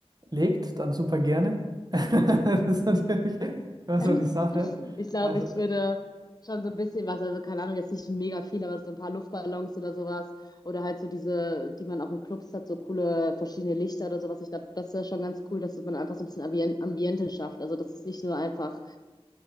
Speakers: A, on the right; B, on the left.
A: legt, dann super gerne. <laughs> Das ist natürlich immer
B: <laughs>
A: so die Sache.
B: Ich glaube,
A: Also,
B: ich würde schon so ein bisschen was, also keine Ahnung, jetzt nicht mega viel, aber so ein paar Luftballons oder sowas. Oder halt so diese, die man auch in Clubs hat, so coole verschiedene Lichter oder sowas. Ich glaube, das wäre schon ganz cool, dass man einfach so ein bisschen Ambien- Ambiente schafft. Also, dass es nicht nur einfach